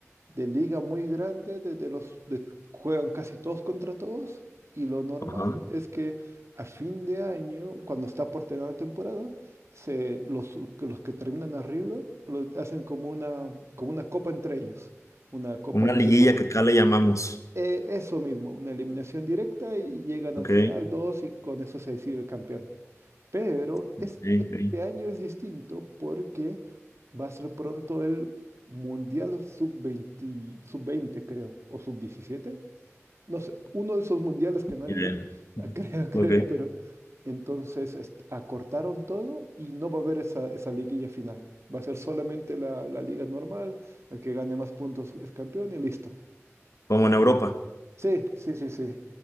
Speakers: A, on the right; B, on the left.
A: de liga muy grande, de, de los de- juegan casi todos contra todos y lo normal
B: Ajá.
A: es que a fin de año, cuando está por terminar la temporada, se, los, que los que terminan arriba lo hacen como una, como una copa entre ellos, una copa
B: Una
A: de
B: liguilla
A: tipo el-
B: que acá le llamamos.
A: eh, eso mismo, una eliminación directa y llegan
B: Ok,
A: al final dos y con eso se decide el campeón. Pero este,
B: ok,
A: este
B: ok.
A: año es distinto porque va a ser pronto el Mundial sub veinte sub veinte creo, o sub diecisiete No sé, uno de esos mundiales que nadie
B: Bien.
A: ve, <laughs> creo, creo,
B: Ok,
A: pero entonces est- acortaron todo y no va a haber esa, esa liguilla final. Va a ser solamente la, la liga normal, el que gane más puntos es campeón y listo.
B: como en Europa.
A: Sí, sí, sí, sí.